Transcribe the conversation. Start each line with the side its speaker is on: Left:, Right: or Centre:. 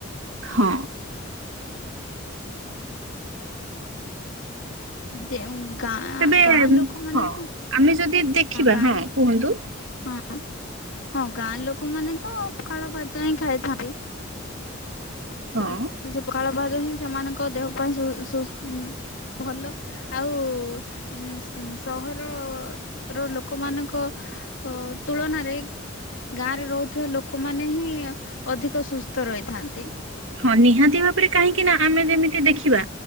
Right: ହଁ।
Left: ଯେଉଁ ଗାଁ
Right: ତେବେ
Left: ଗାଁ ଲୋକମାନେ
Right: ହଁ
Left: ତ
Right: ଆମେ ଯଦି ଦେଖିବା
Left: ଗାଁ
Right: ହଁ କୁହନ୍ତୁ।
Left: ହଁ। ହଁ ଗାଁ ଲୋକମାନେ ତ ପଖାଳ ଭାତ ହିଁ ଖାଇଥାନ୍ତି।
Right: ହଁ।
Left: ସେ ସେ ସେ ପଖାଳ ଭାତ ହିଁ ସେମାନଙ୍କ ଦେହ ପାଇଁ ସୁ ସୁ ଉଁ ଭଲ। ଆଉ ଉ ସହର ର ଲୋକମାନଙ୍କ ଅ ତୁଳନାରେ ଗାଁ ରେ ରହୁଥିବା ଲୋକମାନେ ହିଁ ଅଧିକ ସୁସ୍ଥ ରହିଥାନ୍ତି।
Right: ହଁ ନିହାତି ଭାବରେ କାହିଁକି ନା ଆମେ ଯେମିତି ଦେଖିବା